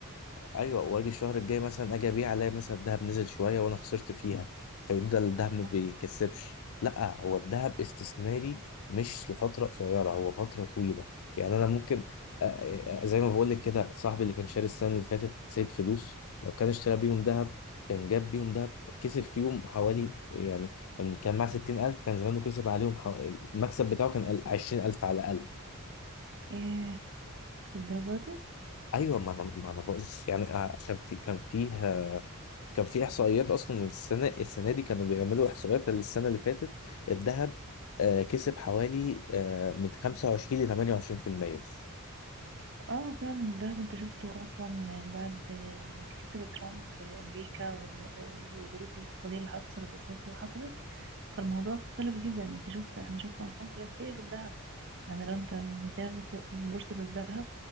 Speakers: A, on the left (about 65°); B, on the right (about 55°).
A: ايوه واجي الشهر الجاي مثلا اجي ابيع الاقي مثلا الذهب نزل شويه وانا خسرت فيها فيفضل الذهب
B: صح
A: ما بيكسبش لا هو الذهب استثماري مش لفتره قصيره هو فتره طويله يعني انا ممكن آه، آه، زي ما بقول لك كده صاحبي اللي كان شاري السنه اللي فاتت سايب فلوس لو كان اشترى بيهم ذهب كان جاب بيهم ذهب كسب فيهم حوالي يعني لما كان معاه 60000 كان زمانه كسب عليهم حو... المكسب بتاعه كان 20000 على الاقل
B: ايه الدرجة دي
A: ايوه ما انا ما انا بقول يعني آه، كان في كان فيه كان في احصائيات اصلا السنه السنه دي كانوا بيعملوا احصائيات للسنه اللي فاتت الذهب آه، كسب حوالي آه، من 25 ل 28%
B: اه فعلا الذهب انت شفته اصلا بعد ما كسب ترامب في امريكا وال- والظروف الاقتصادية اللي حصلت والسياسة اللي حصلت فالموضوع اختلف جدا انت شفت احنا شفنا ارقام قياسية في الذهب يعني لو انت متابع ط- بورصة الذهب